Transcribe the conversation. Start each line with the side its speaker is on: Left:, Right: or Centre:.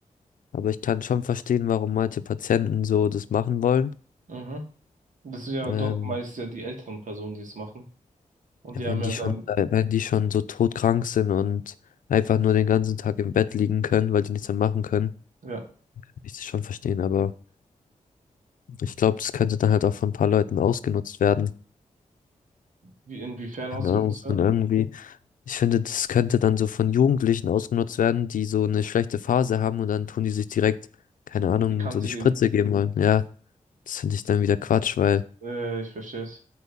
Left: Aber ich kann schon verstehen, warum manche Patienten so das machen wollen.
Right: Mhm. Das sind ja
Left: Ähm,
Right: doch meist ja die älteren Personen, die es machen. Und
Left: ja,
Right: die
Left: wenn
Right: haben ja
Left: die schon,
Right: dann,
Left: äh, wenn die schon so todkrank sind und einfach nur den ganzen Tag im Bett liegen können, weil die nichts mehr machen können,
Right: ja,
Left: kann ich das schon verstehen. Aber ich glaube, das könnte dann halt auch von ein paar Leuten ausgenutzt werden.
Right: wie inwiefern
Left: Keine
Right: ausgenutzt
Left: Ahnung,
Right: werden?
Left: und irgendwie, ich finde, das könnte dann so von Jugendlichen ausgenutzt werden, die so eine schlechte Phase haben und dann tun die sich direkt, keine Ahnung,
Right: Die Kante
Left: so die Spritze
Right: geben.
Left: geben wollen. Ja, das finde ich dann wieder Quatsch, weil
Right: Äh, ich verstehe es.